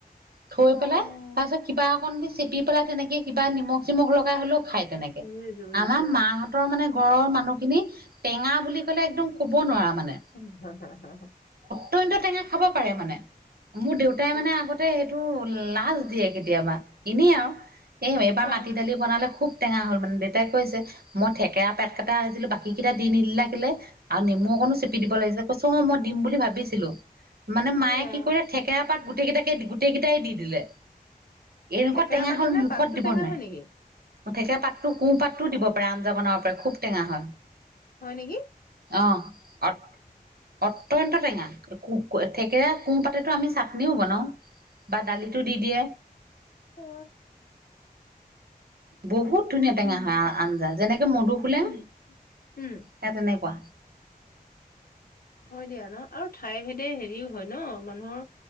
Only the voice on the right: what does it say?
থৈ
পেলাই তাৰ পিছত কিবা অকন দি চেপি পেলাই তেনেকে কিবা নিমখ নিমখ লগাই হলেও খাই তেনেকে
আমাৰ মাহঁতৰ মানে ঘৰৰ মানুহখিনি টেঙা বুলি ক'লে একদম ক'ব নোৱাৰা মানে।
টেঙা খাব পাৰে মানে মোৰ দেউতাই
মানে আগতে এটো লাজ দিয়ে কেতিয়াবা এনেই আৰু এই এবাৰ
মাত বনালে খুব টেঙা হ'ল মানে দেউতাই কৈছে মই ঠেকেৰা পাত কেইটা আছিলো বাকী কেইটা দি নিদিলা কেলে আৰু নেমু অকনো চেপি দিব লাগিছিল কৈছ অ মই দিম বুলি ভাবিছিলো মানে মায়ে
কি কৰিলে থেকেৰা পাত গোট গোটেই কেইটাকে গোটেই কেইটাই দি দিলে এনেকুৱা
টেঙা
হল
মুখত
দিব
নোৱাৰে
ঠেকেৰা পাতটো কুহঁ পাতটোও দিব পাৰে আঞ্জা বনাবওতে খুব টেঙা হয়
অ অট এত্যন্ত্ টেঙা এ কুহ থেকেৰা কোহঁ পাতেতো আমি চাটনিও বনাওঁ বা দালিটো দি দিয়ে
বহুত ধুনীয়া
টেঙা
হয় আঞ্জা যেনেকে মধু হোলেং
সে তেনেকুৱা